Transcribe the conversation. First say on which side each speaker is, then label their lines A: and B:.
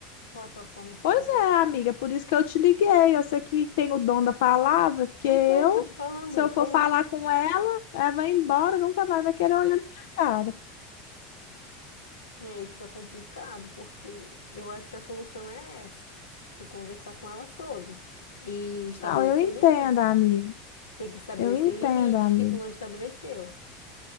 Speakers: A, on the left; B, on the left.
A: Qual a tua forma que
B: Pois
A: tu acha
B: é,
A: que...
B: amiga, por isso que eu te liguei. Eu sei que tem o dom da palavra, porque
A: Então,
B: eu,
A: eu tô te falando,
B: se eu
A: como...
B: for falar com ela, ela vai embora, nunca mais vai querer olhar na minha cara.
A: é, E aí fica complicado, porque eu acho que a solução é essa. Tu conversar com ela sobre e estabelecer
B: Não, eu entendo,
A: limites.
B: amiga.
A: Tem que estabelecer
B: Eu entendo,
A: limites
B: amiga.
A: que tu não estabeleceu.